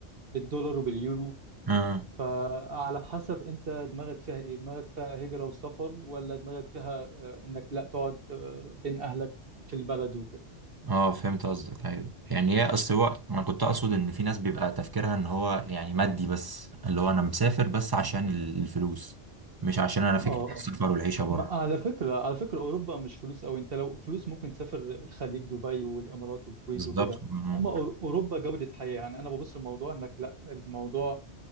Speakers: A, on the right; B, on the right.
A: بالدولار وباليورو
B: امم
A: فعلى حسب انت دماغك فيها ايه دماغك فيها هجرة وسفر ولا دماغك فيها آه، انك لا تقعد آه، بين اهلك في البلد وكده
B: اه فهمت قصدك ايوه يعني هي اصل هو انا كنت اقصد ان في ناس بيبقى تفكيرها ان هو يعني مادي بس اللي هو انا مسافر بس عشان ال- الفلوس مش عشان انا فكرة
A: اه
B: السفر
A: اه
B: والعيشة بره
A: ما- على فكرة على فكرة اوروبا مش فلوس قوي انت لو فلوس ممكن تسافر الخليج دبي والامارات والكويت
B: بالظبط
A: وكده
B: مم.
A: اما أور- اوروبا جودة حياة يعني انا ببص الموضوع انك لا الموضوع